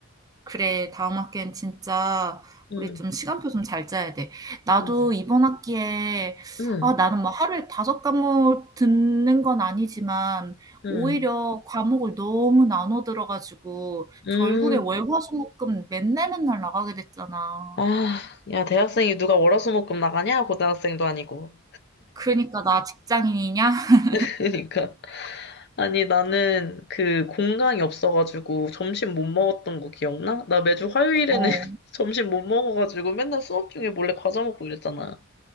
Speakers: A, on the right; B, on the left.
A: 그래, 다음 학기엔 진짜 우리
B: 응,
A: 좀 시간표 좀 잘 짜야 돼. 나도
B: 응,
A: 이번 학기에,
B: 응,
A: 아, 나는 뭐 하루에 다섯 과목 듣는 건 아니지만,
B: 응.
A: 오히려 과목을 너무 나눠 들어가지고,
B: 음,
A: 결국에 월, 화, 수, 목, 금 맨날 맨날 나가게 됐잖아.
B: 아, 야, 대학생이 누가 월화수목금 나가냐? 고등학생도 아니고.
A: 그러니까 나 직장인이냐? <laughs>
B: <laughs> 그러니까. 아니, 나는 그 공강이 없어가지고 점심 못 먹었던 거 기억나? 나 매주 화요일에는
A: 어,
B: <laughs> 점심 못 먹어가지고 맨날 수업 중에 몰래 과자 먹고 이랬잖아.